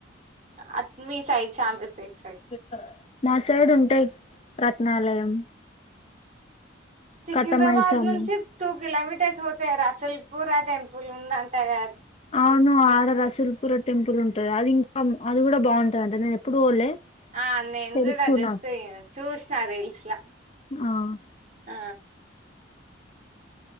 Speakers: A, on the right (about 40°); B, on the left (about 30°).
A: అట్ మీ సైడ్ సామీర్ పేట్
B: రెక్క మా సైడ్ ఉంటయ్ రత్నాలయం
A: సికింద్రాబాద్
B: కట్టమైసామి
A: నుంచి టు కిలోమీటర్స్ పోతే రసిల్పురా టెంపుల్ ఉందంట గా
B: అవును ఆడ రసూల్పుర టెంపుల్ ఉంటు అది ఇంకా అది గుడా బాగుంటది అంట నేను ఎప్పుడు పోలే
A: ఆ నేను
B: తెలుసు
A: గుడా జస్ట్
B: నాకు
A: ఇగ చూసిన రీల్స్ లా
B: అవున్
A: ఆ